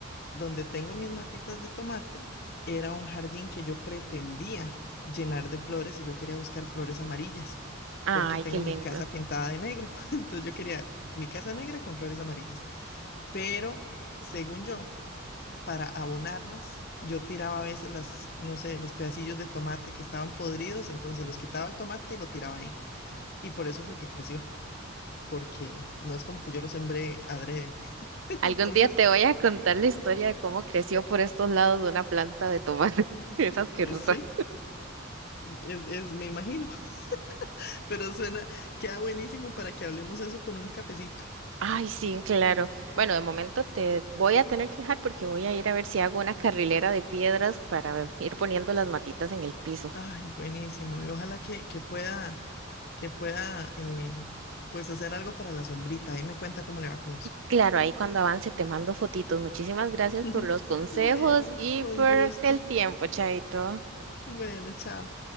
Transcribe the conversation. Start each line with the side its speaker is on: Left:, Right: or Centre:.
Left: donde tengo mis matitas de tomate, era un jardín que yo pretendía llenar de flores y yo quería buscar flores amarillas,
Right: Ay,
Left: porque tengo
Right: qué lindo.
Left: mi casa pintada de negro. <laughs> Entonces yo quería mi casa negra con flores amarillas. Pero según yo, para abonarlas, yo tiraba a veces las, no sé, los pedacillos de tomate que estaban podridos, entonces los quitaba el tomate y lo tiraba ahí. Y por eso fue que creció porque no es como que yo lo sembré adrede. <laughs> Entonces,
Right: Algún día te voy a contar la historia de cómo creció por estos lados de una planta de tomate. <laughs> Es asquerosa.
Left: eh, sí, es, es, me imagino, <laughs> pero suena, queda buenísimo para que hablemos eso con un cafecito.
Right: Ay, sí, claro. Bueno, de momento te voy a tener que dejar porque voy a ir a ver si hago una carrilera de piedras para ir poniendo las matitas en el piso.
Left: Ay, buenísimo. Y ojalá que, que pueda, que pueda, eh, pues hacer algo para la sombrita. Ahí me cuenta cómo le va con eso.
Right: Claro, ahí cuando avance te mando fotitos. Muchísimas gracias
Left: <laughs>
Right: por los consejos
Left: Bueno,
Right: y
Left: con
Right: por
Left: gusto.
Right: el tiempo, Chaito.
Left: Bueno, chao.